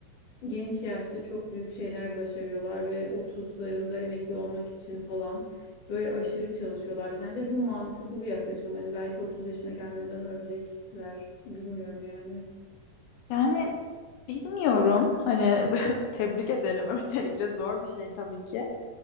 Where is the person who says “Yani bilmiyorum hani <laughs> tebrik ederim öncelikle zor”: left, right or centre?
Left